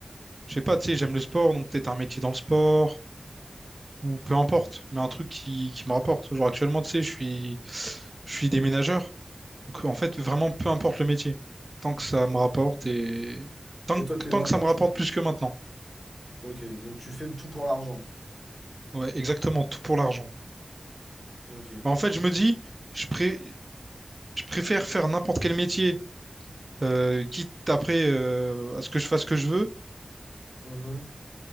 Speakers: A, on the right; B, on the left.
A: je sais pas, tu sais, j'aime le sport, donc peut-être un métier dans le sport, ou peu importe, mais un truc qui, qui me rapporte. Genre actuellement, tu sais, je suis, je suis déménageur. Donc en fait, vraiment,
B: Ok.
A: peu importe le métier, tant que ça me rapporte et tant,
B: Et
A: que-
B: toi, t'es
A: tant
B: vraiment...
A: que ça me
B: Tu...
A: rapporte plus que maintenant.
B: Ok, donc tu fais tout pour l'argent.
A: Ouais, exactement, tout pour l'argent.
B: Ok.
A: Bah, en fait, je me dis... Je, pré- Je préfère faire n'importe quel métier, euh, quitte après euh, à ce que je fasse ce que je veux,
B: Mhm.